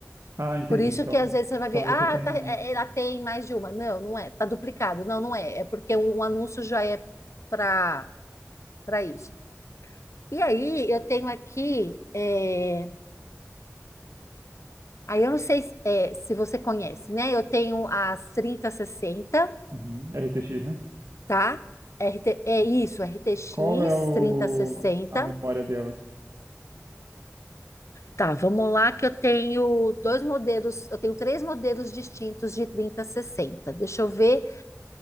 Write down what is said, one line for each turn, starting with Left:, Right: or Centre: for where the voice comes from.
Right: Ah, entendi.
Left: Por isso
Right: Então,
Left: que às vezes você vai
Right: então
Left: ver, ah,
Right: você tem
Left: tá, é, ela tem mais de uma. Não, não é, tá duplicado. Não, não é. É porque um um anúncio já é para para isso. E aí, eu tenho aqui, é, aí eu não sei se é, se você conhece, né? Eu tenho as trinta sessenta,
Right: uhum, RTX, né?
Left: tá? RT, é isso, RTX
Right: Qual é o...
Left: sessenta,
Right: a memória delas?
Left: Tá, vamos lá, que eu tenho dois modelos, eu tenho três modelos distintos de trinta sessenta. Deixa eu ver,